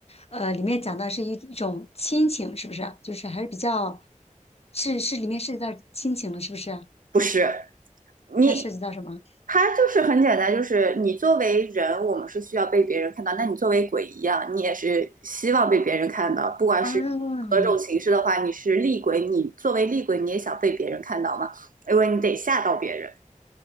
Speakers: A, on the left; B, on the right.
A: 呃，里面讲到是一一种亲情，是不是啊？就是还是比较，是是里面涉及到亲情了，是不是啊？
B: 不是你，
A: 那涉及到什么
B: 它就是很简单，就是你作为人，我们是需要被别人看到。那你作为鬼一样，你也是希望被别人看到，不管是
A: 啊？
B: 何种形式的话，你是厉鬼，你作为厉鬼，你也想被别人看到吗？因为你得吓到别人。